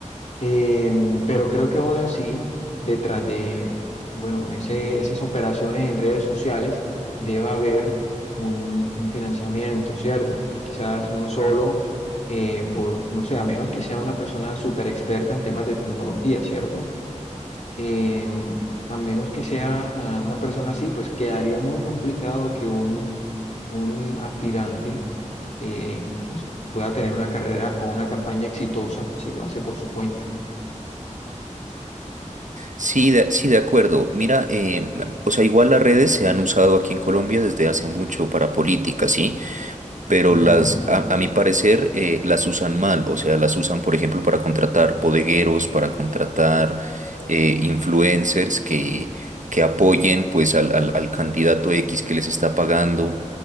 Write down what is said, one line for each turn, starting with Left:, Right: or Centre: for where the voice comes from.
Left: em, pero creo que aún así, detrás de, bueno, ese, esas operaciones en redes sociales, debe haber un, un financiamiento, ¿cierto? Porque quizás uno solo, eh, por, no sé, a menos que sea una persona súper experta en temas de tecnología, ¿cierto? eh, a menos que sea ah, una persona así, pues quedaría muy complicado que un, un aspirante eh, pues pueda tener una carrera o una campaña exitosa si lo hace por su cuenta.
Right: Sí, de, sí, de acuerdo. Mira, eh, la- o sea, igual las redes se han usado aquí en Colombia desde hace mucho para política, ¿sí? pero
Left: Ujú.
Right: las, a, a mi parecer, eh, las usan mal. O sea, las usan, por ejemplo, para contratar bodegueros, para contratar eh, influencers que, que apoyen pues al, al, al candidato X que les está pagando.